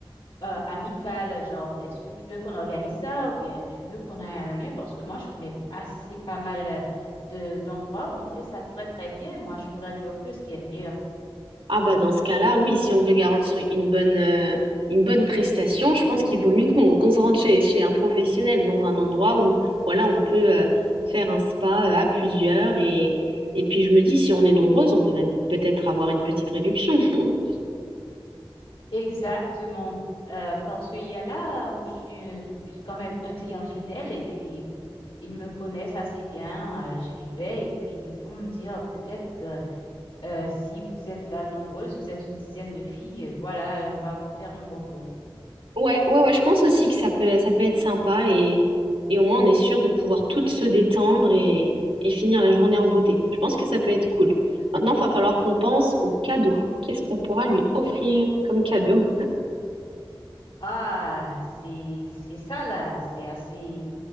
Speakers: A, on the left; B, on the right.
A: euh, amical, genre, est-ce que tu veux qu'on organise ça ou bien tu veux qu'on ait un lieu? Parce que moi, je connais assez pas mal euh, de d'endroits où on fait ça très très bien. Moi, je voudrais lui offrir ce qui est de meilleur.
B: Ah bah dans ce cas-là, oui, si on veut garantir une bonne, euh, une bonne prestation, je pense qu'il vaut mieux qu'on qu'on se rende chez, chez un professionnel, dans un endroit où voilà, on peut euh, faire un spa euh, à plusieurs. Et, et puis je me dis, si on est nombreuses, on peut même peut-être avoir une petite réduction. <laughs>
A: Exactement. Euh, parce qu'il y a là où je suis j'ai quand même un client fidèle et puis ils me connaissent assez bien. euh, je vivais et puis ils vont me dire peut-être euh, euh, si vous êtes euh, nombreuses, vous êtes une dizaine de filles, euh, voilà, euh, on va vous faire un bon prix.
B: Ouais, ouais, ouais, je pense aussi que ça peut, ça peut être sympa et, et au moins on est sûr de pouvoir toutes se détendre et, et finir la journée en beauté. Je pense que ça peut être cool. Maintenant, il va falloir qu'on pense aux cadeaux. Qu'est-ce qu'on pourra lui offrir comme cadeau?
A: Ah, c'est c'est ça là, c'est assez